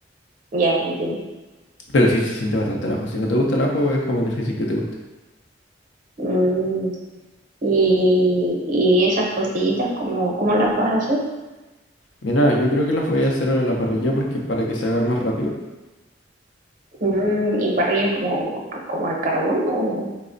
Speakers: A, on the right (about 45°); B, on the left (about 70°).
A: Ya, entiendo.
B: pero sí se siente bastante el ajo, si no te gusta el ajo es como difícil que te guste.
A: Mm, y, y esas costillitas, ¿cómo, cómo las vas a hacer?
B: Mira, yo creo que las voy a hacer a la parrilla porque para que se hagan más rápido.
A: Mm, ¿y parrilla como, como al carbón o...?